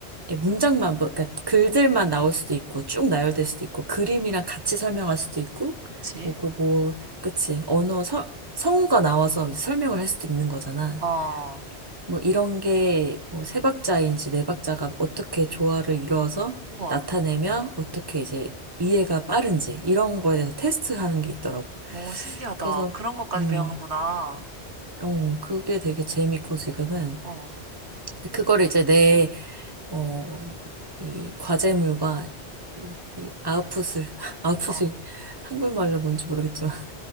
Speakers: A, on the right; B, on the right.
A: 예, 문장만, 뭐, 그러니까 글들만 나올 수도 있고, 쭉 나열될 수도 있고, 그림이랑 같이 설명할 수도 있고,
B: 그치?
A: 뭐, 그, 뭐, 그치. 언어, 서, 성우가 나와서 이제 설명을 할 수도 있는 거잖아.
B: 어.
A: 뭐, 이런 게, 뭐, 세 박자인지 네 박자가 어떻게 조화를 이루어서
B: 우와.
A: 나타내면 어떻게 이제 이해가 빠른지, 이런 거에 대해서 테스트 하는 게 있더라고.
B: 오, 신기하다.
A: 그래서,
B: 그런 것까지
A: 음,
B: 배우는구나.
A: 어, 그게 되게 재밌고, 지금은.
B: 어.
A: 그거를 이제 내 어, 이 과제물과 이, 이 아웃풋을, <laughs> 아웃풋이
B: 어,
A: 한글말로 뭔지 모르겠지만. <laughs>